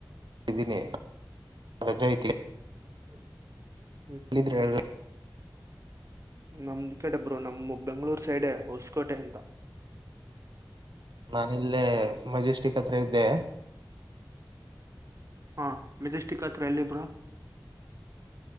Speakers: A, on the right; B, on the right.
A: ದಿನಿ ರಜಾ ಐತ್ಲೆ
B: <inaudible>
A: ನಿದ್ರೆ ಏಳ್ರೇ
B: ನಮ್ದ್ ಈ ಕಡೆ ಬ್ರೋ ನಮ್ಮ ಬೆಂಗ್ಗಳೂರ್ ಸೈಡೆ ಹೊಸಕೋಟೆ ಅಂತ
A: ನಾನಲ್ಲೇ ಮಜೆಸ್ಟಿಕ್ ಹತ್ರ ಇದ್ದೆ
B: ಹಾ ಮೆಜೆಸ್ಟಿಕ್ ಹತ್ರ ಎಲ್ಲಿ ಬ್ರೋ